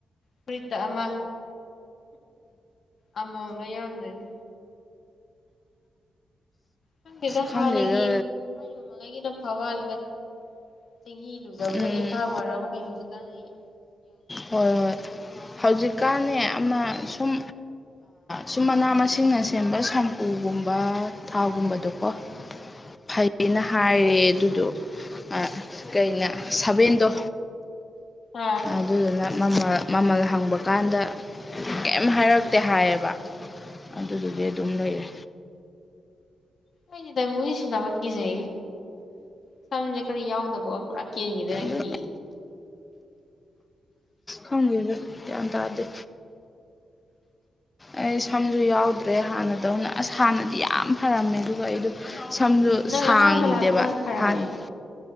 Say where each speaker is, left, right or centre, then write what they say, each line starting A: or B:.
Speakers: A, on the left (about 55°); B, on the left (about 20°).
A: ꯐꯨꯔꯤꯠꯇ ꯑꯃ ꯑꯃꯃꯝ ꯂꯣꯏ ꯌꯥꯎꯔꯝꯗꯣꯏꯅꯤ ꯈꯪꯗꯦꯗ
B: ꯑꯁ ꯈꯪꯗꯦꯗ
A: ꯍꯥꯟꯅꯒꯤ ꯊꯥꯢꯅ ꯃꯃꯥꯡꯉꯩꯒꯤꯅ ꯐ ꯃꯥꯜꯂꯤꯗ ꯆꯦꯡꯍꯤ ꯂꯨꯖꯕꯗꯨꯅ
B: ꯎꯝ
A: ꯏꯐ ꯐꯔꯕ ꯀꯩꯅꯣ ꯍꯨꯖꯤꯛꯀꯥꯟꯗꯒꯤ
B: ꯍꯣꯏ ꯍꯣꯏ ꯍꯧꯖꯤꯛꯀꯥꯟꯅꯦ ꯑꯃ ꯁꯨꯝ ꯁꯨꯝ ꯃꯅꯥ ꯃꯁꯤꯡꯅ ꯁꯦꯝꯕ ꯁꯝꯄꯨꯒꯨꯝꯕ ꯊꯥꯎꯒꯨꯝꯕꯗꯣꯀꯣ ꯐꯩ ꯌꯦꯅ ꯍꯥꯏꯔꯦ ꯑꯗꯨꯗꯣ ꯑ ꯀꯩꯅ ꯁꯚꯦꯟꯗꯣ
A: ꯑꯥ
B: ꯑꯗꯨꯗꯨꯅ ꯃꯃꯜ ꯃꯃꯜ ꯍꯪꯕ ꯀꯥꯟꯗ ꯀꯩꯝ ꯍꯥꯏꯔꯛꯇꯦ ꯍꯥꯏꯑꯕ ꯑꯗꯨꯗꯨꯒꯤ
A: ꯎꯝ
B: ꯑꯗꯨꯝ ꯂꯩꯔꯦ
A: ꯑꯩꯗꯤ <unintelligible> ꯁꯤꯟꯅꯕ ꯀꯤꯖꯩꯌꯦ ꯁꯝꯖꯦ ꯈꯔ ꯌꯥꯎꯗꯕ ꯄꯨꯔꯥ ꯀꯦꯟꯒꯤꯗ꯭ꯔꯅ
B: ꯑꯗꯨ
A: ꯀꯤꯌꯦ
B: ꯈꯪꯗꯦꯗ ꯒ꯭ꯌꯥꯟ ꯇꯥꯗꯦ ꯑꯩ ꯁꯝꯖꯨ ꯌꯥꯎꯗ꯭ꯔꯦ ꯍꯥꯟꯅꯗꯧꯅ ꯑꯁ ꯍꯥꯟꯅꯗꯤ ꯌꯥꯝ ꯐꯔꯝꯃꯦ ꯑꯗꯨꯒ ꯑꯩꯗꯣ ꯁꯝꯗꯣ
A: ꯅꯪ
B: ꯁꯥꯡꯗꯦꯕ
A: ꯑꯍꯥꯟꯕ ꯂꯥꯛꯄ ꯀꯥꯟꯗ ꯐꯔꯝꯃꯦ
B: ꯍꯥꯟꯅ